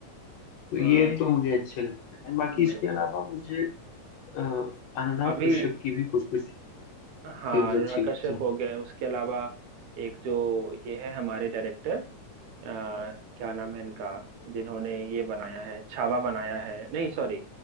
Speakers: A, on the left; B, on the right.
A: तो
B: हाँ,
A: ये तो मुझे अच्छे लगते हैं बाकी इसके
B: बिल्कुल
A: अलावा मुझे अ, अनुराग
B: अभी
A: कश्यप की भी कुछ कुछ
B: हाँ
A: फिल्म
B: अनुराग
A: अच्छी लगती
B: कश्यप
A: हैं
B: हो गए उसके अलावा एक जो ये है हमारे डायरेक्टर अ, क्या नाम है इनका जिन्होंने ये बनाया है छावा बनाया है नहीं सॉरी